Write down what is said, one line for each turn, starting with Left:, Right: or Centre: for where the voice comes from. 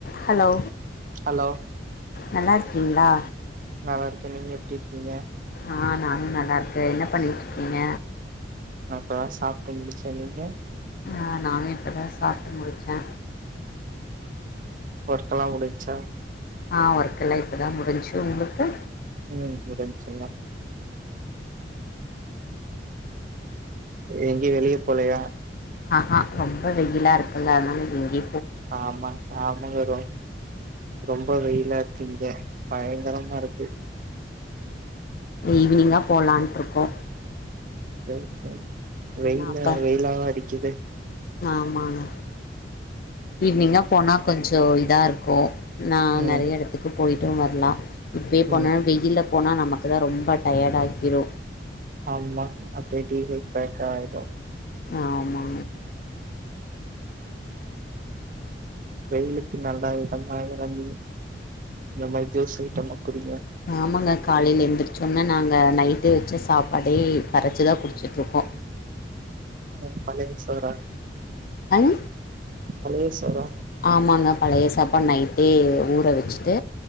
Left: Hello
Right: hello
Left: நல்லா இருக்கீங்களா
Right: நல்லா இருக்கே நீங்க எப்டி இருக்கீங்க
Left: ஆ நானு நல்லா இருக்கே என்ன பண்ணிட்டு இருக்கீங்க
Right: நா இப்ப தா சாப்ட்டு முடுச்சே நீங்க
Left: ஆ நானு இப்பதா சாப்ட்டு முடிச்சே
Right: ஒர்க்லா முடிஞ்ச்சா
Left: ஆ ஒர்க்கெல்லா இப்ப தா முடிஞ்ச்சி உங்களுக்கு
Right: ம் உதவி செய்யலாம் எங்கயு வெளிய போலையா
Left: ஆஹா ரொம்ப வெயிலா இருக்குல்ல அதனால எங்கே
Right: ஆமா ஆமாங்கருன் ரொம்ப வெயிலா இருக்குங்க பயங்கரமா இருக்கு
Left: ஈவ்னிங்கா பேலான்ட்டு இருக்கோ
Right: செரி ச வெயில்ல
Left: ஏன்னா அப்போ
Right: வெயில்லாவ அடிக்குது
Left: ஆமாங்க ஈவ்னிங்கா போனா கொஞ்சோ இதா இருக்கு நா
Right: ம்
Left: நெறைய எடத்துக்கு போயிட்டு வர்லா இப்பயே போனா
Right: ம்
Left: வெயில்ல போனா நமக்கு தா ரொம்ப டயட் ஆக்கிரு
Right: ஆமா அப்டியே டி வி பேக் க ஆயிடு
Left: ஆமா
Right: வெயிலுக்கு நல்லா இதமா இறங்கி இந்த மாரி ஜூஸ்‌ ஐய்ட்டமா குடிங்க
Left: ஆமங்க காலையில எழுந்திரச்சோன்னோ நாங்க நைட்டு வச்ச சாப்பாடே கரச்சுதா குட்ச்சிட் ருக்கோ
Right: உ பழைய சோறா
Left: அன்
Right: பழைய சோறா
Left: ஆமாங்க பழைய சாப்பாடு நைட்டே ஊற வச்சுட்டு